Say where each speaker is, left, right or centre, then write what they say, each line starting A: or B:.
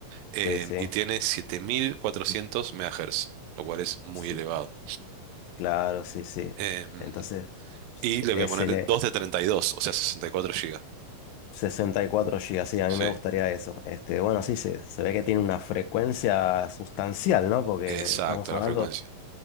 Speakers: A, on the right (about 85°); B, on the left (about 80°).
A: em,
B: sí, sí,
A: y tiene 7400 MHz, lo cual es muy
B: sí,
A: elevado.
B: claro, sí, sí.
A: Em,
B: Entonces,
A: y le
B: es
A: voy a poner
B: el,
A: 2 de 32, o sea, 64 GB.
B: 64 gigas, sí, a
A: Sí,
B: mí me gustaría eso. Este, bueno, sí, se, se ve que tiene una frecuencia sustancial, ¿no? Porque
A: exacto,
B: estamos hablando,
A: la frecuencia.